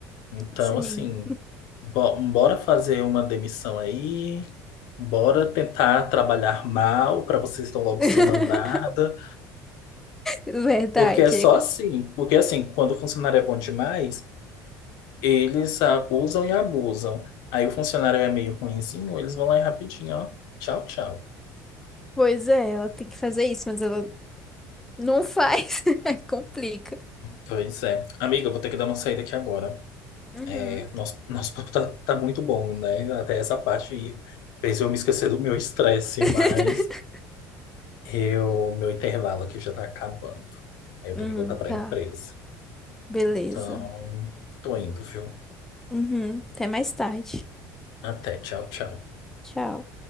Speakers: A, on the left; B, in the centre.
A: Então,
B: Sim.
A: assim, bo- bora fazer uma demissão aí, bora tentar trabalhar mal para vocês logo
B: <laughs>
A: ser mandada,
B: Verdade.
A: porque é só assim, porque assim, quando o funcionário é bom demais, eles ah, usam e abusam. Aí o funcionário é meio ruinzinho, eles vão lá e rapidinho, ó, tchau, tchau.
B: Pois é, ela tem que fazer isso, mas ela não faz. <laughs> Aí complica.
A: Pois é. Amiga, eu vou ter que dar uma saída aqui agora.
B: Uhum.
A: É, nosso, nosso papo tá, tá muito bom, né? Até essa parte aí fez eu me esquecer do meu estresse,
B: <laughs>
A: mas eu, meu intervalo aqui já tá acabando. Aí eu
B: Uhum,
A: tenho que voltar pra
B: tá.
A: empresa.
B: Beleza.
A: Então, tô indo, viu?
B: Uhum, até mais tarde.
A: Até. Tchau, tchau.
B: Tchau.